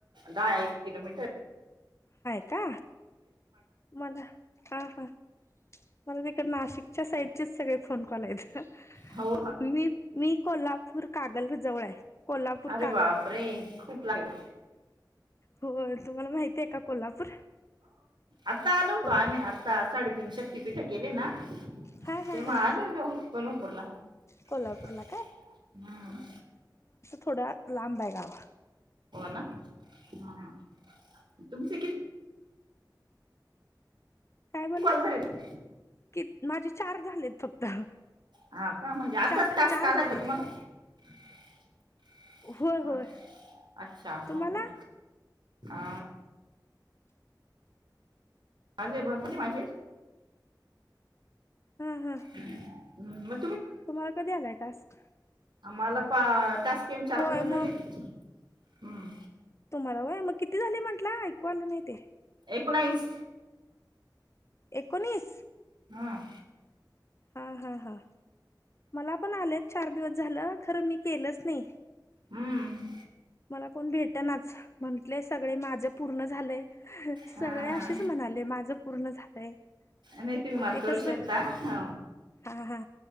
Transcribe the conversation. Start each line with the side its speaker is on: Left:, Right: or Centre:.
Right: दहा एक किलोमीटर आहे.
Left: हाय का मला हा हा मला तिकड नाशिकच्या साईडचेच सगळे फोन कॉल आहेत
Right: हो
Left: मी मी कॉल कोल्हापूर कागल जवळ आहे. कोल्हापूर
Right: अरे बापरे खूप लांबय.
Left: हो तुम्हाला माहती आहे का कोल्हापूर
Right: आता आलो होतो
Left: कोल्हापूर
Right: आम्ही आता साडेतीन शक्तीपीठ केले ना
Left: हा हा
Right: तेव्हा
Left: हा
Right: आलोलो कोल्हापूरला हम्.
Left: कोल्हापूरला थोडा लांब आहे गाव
Right: ना हा तुमचे किती
Left: काय बोलला
Right: कॉल झाले
Left: कि माझे चार झालेत फक्त
Right: हा का म्हणजे आताच
Left: चार
Right: टास्क
Left: चार
Right: आलाय
Left: झाले.
Right: का तुम्हाला <unintelligible>
Left: होय होय
Right: अच्छा
Left: तुम्हाला
Right: हो हो आ अजय भरपणी माझे
Left: हा हा
Right: हम्म. हम्म.
Left: तुम्हाला कधी आलाय टास्क
Right: आम्हाला पा त्यात म चार
Left: होय
Right: जीवली
Left: मग
Right: हम्म.
Left: तुम्हाला मग किती झाले. ऐकू आलं नाही ते
Right: एकोणावीस
Left: एकोणीस?
Right: हमम.
Left: हा हा हा. मला पण आलेत. चार दिवस झालं, खर मी- केलंच नाही.
Right: हम्म. हं.
Left: मला कोण भेटनाच- म्हंटलंय सगळ माझं पूर्ण झालंय.
Right: हा
Left: सगळे असेच म्हणाले माझं- पूर्ण झालंय.
Right: नाही तुम्ही
Left: म
Right: मला
Left: ते
Right: करू
Left: कस?
Right: शकता ह
Left: हा हा.